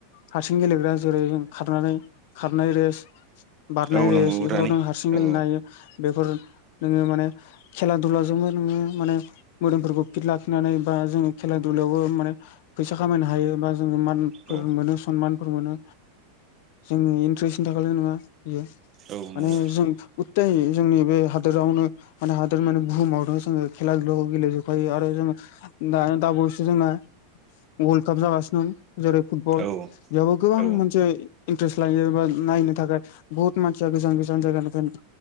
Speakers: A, on the left; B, on the right.
A: हारसिं गेलेग्रा जेरै खारनानै खारनाय रेस बारनाय
B: औ
A: रेस
B: नंगौ
A: बेफोराव
B: रानि
A: नों हारसिं गेलेनो
B: औ
A: हायो बेफोर नोङो माने खेला दुला जोंबो नोङो माने मोदोमफोरखौ फित लाखिनानै बा जोङो खेला दुलायावबो माने फैसा खामायनो हायो बा जोङो मानफोर
B: औ
A: मोनो सनमानफोर मोनो जोनि इन्ट्रेस्टनि थाखाय ल' नङा बियो
B: औ नंगौ
A: माने जों गुथाइ जोंनि बे हादोरावनो माने हादोर माने बुहुमावनो जोङो खेला दुला गेलेजोबखायो आरो जों दा दाबावैसो जोङो वर्ल्ड काप जागासिनों जेरै फुटबल
B: औ
A: बेयावबो गोबां
B: औ
A: मोनसे इन्ट्रेस्ट लायो बा नायनो थाखाय बुहुत मानसिया गोजान गोजान जायगानिफ्राय